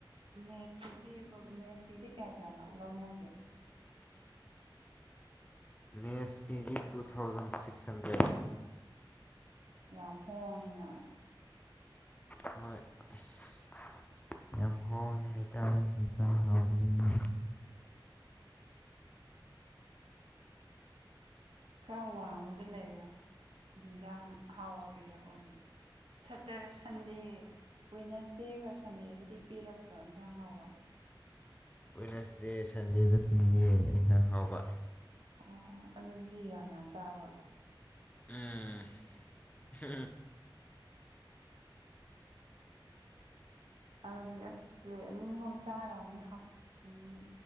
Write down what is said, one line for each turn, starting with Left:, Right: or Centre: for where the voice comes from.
Right: ꯃꯦꯁ ꯐꯤ ꯄꯤꯕ ꯃꯦꯁ ꯐꯤꯗꯤ ꯀꯌꯥ ꯀꯌꯥꯅꯣ ꯂꯧꯅꯒꯦ
Left: ꯃꯦꯁ ꯐꯤꯗꯤ ꯇꯨ ꯊꯥꯎꯖꯟ ꯁꯤꯛꯁ ꯍꯟꯗ꯭ꯔꯦꯠ
Right: ꯌꯥꯝ ꯍꯣꯡꯉꯤꯅ
Left: ꯍꯣꯏ ꯑꯁ ꯌꯥꯝ ꯍꯥꯎꯉꯦ ꯍꯥꯏꯇꯥꯔꯦ ꯌꯦꯟꯁꯥꯡ ꯍꯥꯎꯇꯕꯅꯤꯅ
Right: ꯈꯔ ꯋꯥꯡꯃ꯫ꯕꯗ ꯂꯩꯔꯣ ꯌꯦꯟꯖꯥꯡ ꯑꯍꯥꯎꯕ ꯄꯤꯔꯛꯑꯣꯅ ꯁꯇꯔ ꯁꯟꯗꯦ ꯋꯦꯗꯅꯁꯗꯦꯒ ꯁꯟꯗꯦꯗꯗꯤ ꯄꯤꯔꯛꯇ꯭ꯔꯣ ꯏꯟꯖꯥꯡ ꯑꯍꯥꯎꯕ
Left: ꯋꯦꯗꯅꯦꯁꯗꯦ ꯁꯟꯗꯦꯗ ꯄꯤꯌꯦ ꯏꯟꯁꯥꯡ ꯑꯍꯥꯎꯕ
Right: ꯑꯣ ꯑꯗꯨꯗꯗꯤ ꯌꯥꯝ ꯌꯥꯝ ꯆꯥꯕ꯭ꯔꯥ
Left: ꯎꯝ <inaudible>
Right: ꯑꯗꯨꯗꯤ ꯑꯁ ꯄ꯭ꯂꯦꯠ ꯑꯅꯤ ꯑꯍꯨꯝ ꯆꯥꯔꯝꯅꯤ ꯍꯥ ꯎꯝ